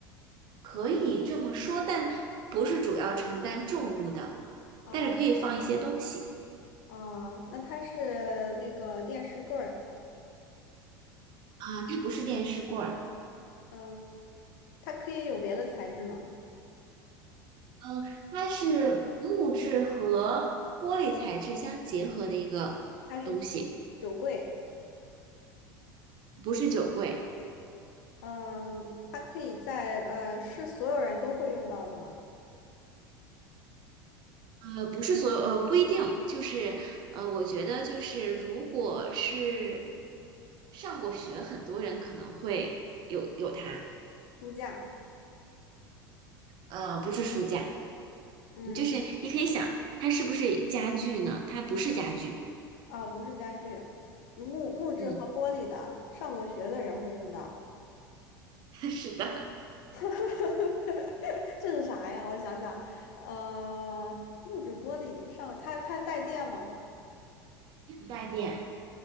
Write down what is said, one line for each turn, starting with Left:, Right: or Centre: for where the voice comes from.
Right: 可以这么说，但不是主要承担重物的，
Left: 啊
Right: 但是可以放一些东西
Left: 啊，那它是那个电视柜儿。
Right: 啊，它不是电视柜儿，
Left: 嗯，它可以有别的材质吗？
Right: 嗯，它是木质和玻璃材质相结合的一个东西，
Left: 它是酒酒柜。
Right: 不是酒柜。
Left: 嗯，它可以在呃是所有人都会用到的吗？
Right: 呃，不是所有，呃，不一定，就是呃，我觉得就是如果是上过学，很多人可能会有有它，
Left: 书架。
Right: 呃，不是书架，
Left: 嗯。
Right: 就是你可以想，它是不是家具呢？它不是家具，
Left: 哦，不是家具，木木质和玻璃的，
Right: 嗯，
Left: 上过学的人会用到。
Right: <laughs> 是的，
Left: <laughs> 这是啥呀？我想想，呃，木质玻璃上，它它带电吗？
Right: 带电，